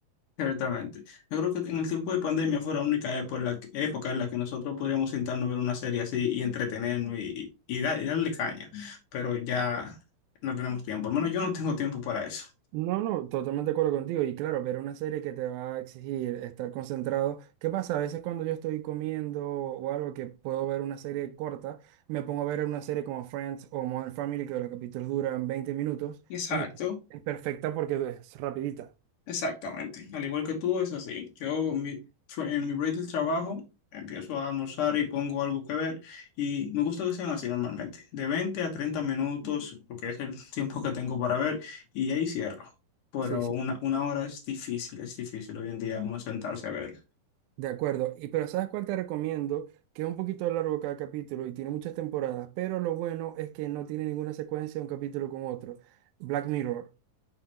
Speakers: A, on the left; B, on the right.
A: Ciertamente. Yo creo que en el tiempo de pandemia fue la única época en la que, época en la que nosotros podríamos sentarnos a ver una serie así y entretenernos y, y, da- y darle caña, pero ya no tenemos tiempo, al menos yo no tengo tiempo para eso.
B: No, no, totalmente de acuerdo contigo. Y claro, ver una serie que te va a exigir estar concentrado. ¿Qué pasa? A veces cuando yo estoy comiendo o algo que puedo ver una serie corta, me pongo a ver una serie como Friends o Modern Family, que los capítulos duran 20 minutos
A: Exacto.
B: y es perfecta porque es rapidita.
A: Exactamente. Al igual que tú, es así. Yo mi- tra- en mi break del trabajo empiezo a almorzar y pongo algo que ver y me gusta que sean así normalmente. De 20 a 30 minutos, porque es el <laughs> tiempo que tengo para ver y ahí cierro. Pero
B: Sí, sí,
A: una, una hora es difícil, es difícil hoy en día uno sentarse a ver.
B: de acuerdo. Y pero ¿sabes cuál te recomiendo? Que es un poquito largo cada capítulo y tiene muchas temporadas, pero lo bueno es que no tiene ninguna secuencia un capítulo con otro. Black Mirror.